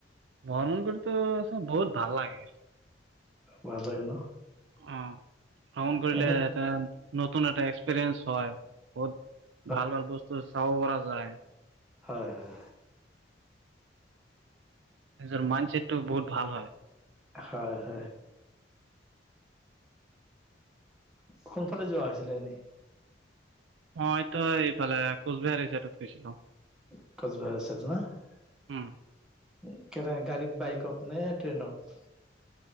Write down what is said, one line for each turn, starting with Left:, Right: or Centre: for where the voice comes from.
Right: ভ্ৰমণ কৰিতো চ বহুত ভাল লাগে
Centre: ভাল হয় ন
Right: অ', ভ্ৰমণ কৰিলে
Centre: এনে
Right: এটা নতুন এটা এক্সপেৰিয়েন্ঞ্চ হয় বহুত
Centre: হয়
Right: ভাল ভাল বস্তু চাব পৰা যাই
Centre: হয় হয়
Right: নিজৰ মাইণ্ডছেটটো বহুত ভাল হয়।
Centre: হয় হয় সোনফালে যোৱা হৈছিলে এনেই
Right: মইতো এইফালে কোচবিহাৰী চাইডত গৈছিলো
Centre: <unintelligible>
Right: উম
Centre: কেনেক গাড়ীত বাইকত নে ট্ৰেইনত